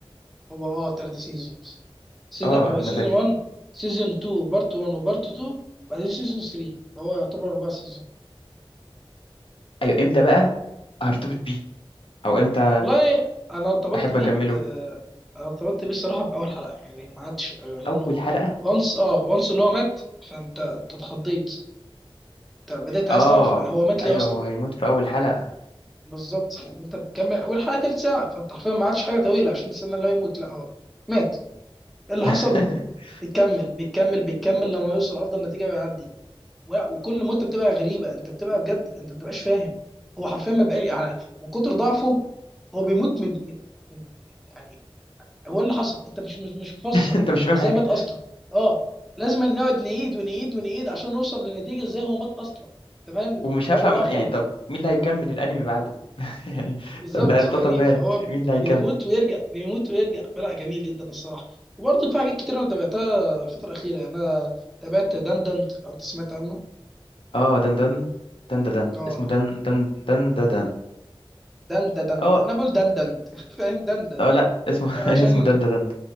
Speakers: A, in the centre; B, on the left.
A: هو اه ثلاثة سيزونز سي
B: اه
A: لا هو
B: انا
A: سيزون
B: فاكر
A: 1 سيزون 2 بارت 1 وبارت 2 بعدين سيزون 3 فهو يعتبر اربع سيزون
B: ايوه امتى بقى هرتبط بيه او امتى
A: والله انا ارتبطت
B: احب
A: بيه
B: اكمله
A: ب... أنا ارتبطت بيه الصراحه باول حلقه يعني ما عادش انه
B: اول حلقة
A: وانس اه وانس اللي هو مات فانت انت اتخضيت انت بدات عايز
B: اه
A: تعرف هو مات
B: ايوه
A: ليه اصلا
B: هو هيموت في اول حلقة
A: بالظبط يعني انت بتكمل والحلقه تلت ساعه فانت حرفيا ما عادش حاجه طويله عشان تستنى اللي هو يموت لا هو مات إيه اللي
B: <laughs>
A: حصل بيكمل بيكمل بيكمل لما يوصل افضل نتيجه ويعدي و- وكل مده بتبقى غريبه انت بتبقى بجد انت ما بتبقاش فاهم هو حرفيا ما بقاش يعني من كتر ضعفه هو بيموت من من من يعني هو إيه اللي حصل انت مش مش مش مفسر
B: انت مش فاهم
A: هو ازاي
B: حاجة
A: مات اصلا اه لازم نقعد نعيد ونعيد ونعيد عشان نوصل لنتيجه ازاي هو مات اصلا انت فاهم
B: ومش
A: مدى
B: هفهم
A: ضعف
B: يعني طب مين اللي هيكمل الانمي بعده <laughs> يعني
A: بالظبط
B: طب لا البطل
A: فاهمني
B: مات
A: فهو
B: مين اللي هيكمل
A: بيموت ويرجع بيموت ويرجع فلا جميل جدا الصراحه وبرضه في حاجات كتير انا تابعتها الفتره الاخيره يعني انا تابعت دندند لو انت سمعت عنه
B: اه دن دن دن دن دن
A: اه
B: اسمه دن دن دن دن دن
A: دندند
B: اه
A: انا بقول دندند <laughs> فاهم دندند
B: اه لا اسمه <laughs>
A: عشان
B: اسمه دن دن دن